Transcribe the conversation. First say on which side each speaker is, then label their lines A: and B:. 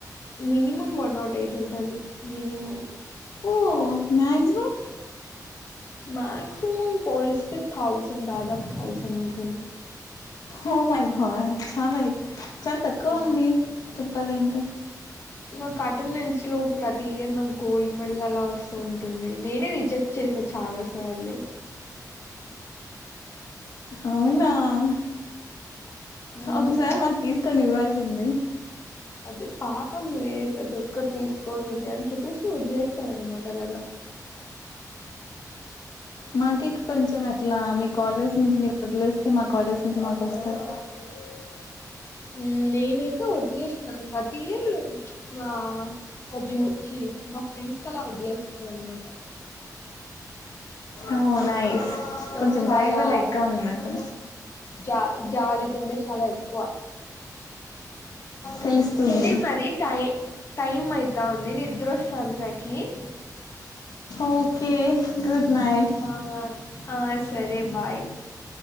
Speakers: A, on the left (about 40°); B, on the left (about 65°).
A: మినిమం వన్నాట్ ఎయిట్ ఉంటది మినిమం
B: ఓ మ్యాగ్జిమమ్
A: మాక్సిమం పోలిస్తె థౌజండ్ దాదాపు థౌజండ్ ఉంటుంది
B: ఓ మై చాలాైక్ చాలా తక్కువ
A: యా
B: ఉంది చెప్పాల ఏంటి
A: నాక్ అటెన్డెన్స్ లో ప్రతి ఇయర్ నాక్ గోల్ మెడల్ మళ్ళ అలా వస్తూ ఉంటుంది. నేనే రిజెక్ట్ చేశ చాలా సార్లు
B: అవునా? హ్
A: ఉమ్
B: ఒకసారి మాక్ తీసుకొని ఇవ్వాల్సింది.
A: అది పాపంలే ప్రతి ఒక్కరు తీసుకొని ఇది అని చెప్పేసి, ఒదిలేస్తారన్నమాట అలాగ. <inaudible>
B: మాకే కొంచెం అట్లా మీ కాలేజ్ నుంచి మీరు ఒదిలిస్తే మా కాలేజ్ నుంచి మాక్ వస్తది
A: <unintelligible> ఉ నేనైతే ఒదిలేస్తాను ప్రతీ ఇయర్ వా జూ చ్చి మా ఫ్రెండ్స్ కి అలా ఓదిలేస్తానన్న మాట అందంగున్నవని
B: ఓ నైస్
A: నాక్
B: కొంచెం
A: చాలా
B: దయగా లైక్గా ఉన్నట్టు
A: జా జాలి గుండె చాల ఎక్కువ.
B: తెలుస్తుంది
A: సరే మరి టై టైం అయితాంది నిద్ర ఒస్తాంది నాకీ-
B: ఒకే గుడ్. నైట్
A: ఆవ్ ఆ సరే బాయ్.